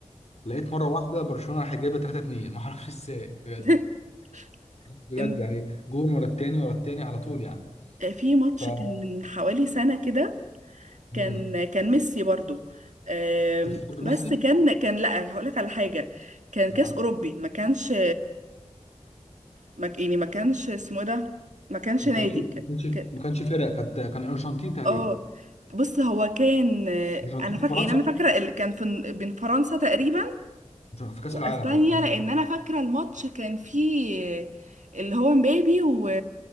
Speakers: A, on the left (about 65°); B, on the right (about 80°).
A: لقيت مره واحده برشلونه راح جايبه 3 2 ما اعرفش <laughs> ازاي بجد
B: <laughs>
A: بجد
B: إن-
A: يعني جون ورا التاني ورا التاني على طول يعني
B: آه، في ماتش
A: ف
B: كان من حوالي سنة كده كان
A: امم
B: كان ميسي برضو آم،
A: انت بتحب
B: بس
A: ميسي؟
B: كان كان لا هقولك على حاجة كان
A: ما
B: كاس أوروبي ما كانش ما ك- يعني ما كانش اسمه إيه ده ما كانش
A: ما
B: نادي
A: كانش ما
B: ك...
A: كانش
B: ك...
A: ما كانش فرق كانت كان الارجنتين تقريبا
B: اه بص هو كان آه،
A: الارجنتين
B: انا فاكره
A: وفرنسا
B: يعني انا فاكره ال- كان في بين فرنسا تقريبا
A: في كاس
B: واسبانيا
A: العالم ايوه
B: لان انا فاكره الماتش كان فيه آه، اللي هو مبابي و...